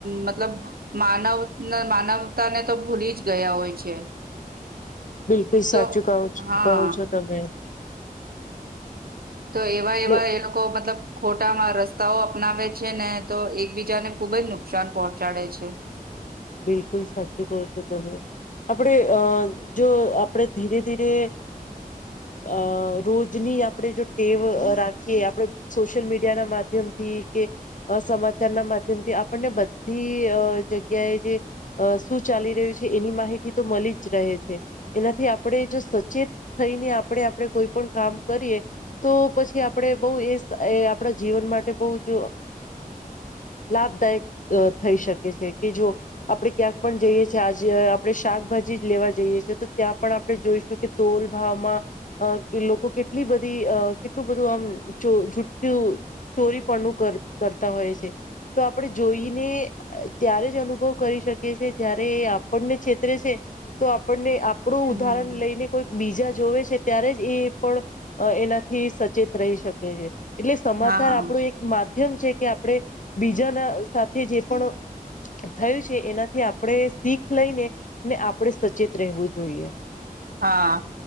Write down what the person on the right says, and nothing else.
મતલબ માનવ માનવતા ને તો ભૂલી જ. ગયા હોય છે.
તો
હા
તો એવા એવા
એ લોકો મતલબ. ખોટામાં રસ્તાઓ અપનાવે છે. ને તો એકબીજાને ખુબ જ નુકસાન પહોંચાડે છે.
હમ.
હા.
હા